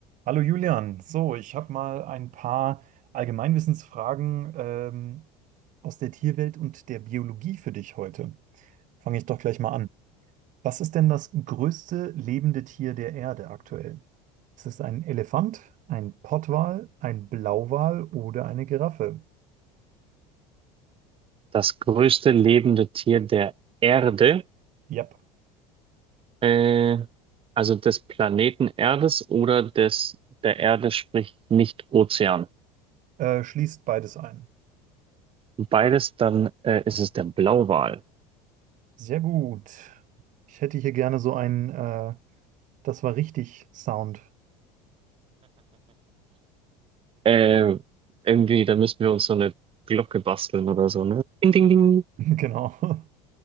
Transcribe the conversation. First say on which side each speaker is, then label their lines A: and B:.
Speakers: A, on the right; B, on the right.
A: Hallo Julian, so, ich habe mal ein paar Allgemeinwissensfragen ähm, aus der Tierwelt und der Biologie für dich heute. Fange ich doch gleich mal an. Was ist denn das größte lebende Tier der Erde aktuell? Ist es ein Elefant, ein Pottwal, ein Blauwal oder eine Giraffe?
B: Das größte lebende Tier der Erde,
A: Yep,
B: äh, also des Planeten Erdes oder des der Erde, sprich nicht Ozean.
A: äh, schließt beides ein.
B: Beides, dann äh, ist es der Blauwal.
A: Sehr gut. Ich hätte hier gerne so ein, äh, das war richtig Sound.
B: Äh, irgendwie, da müssten wir uns so eine Glocke basteln oder so, ne? Ding, ding, ding.
A: <laughs> Genau. <laughs>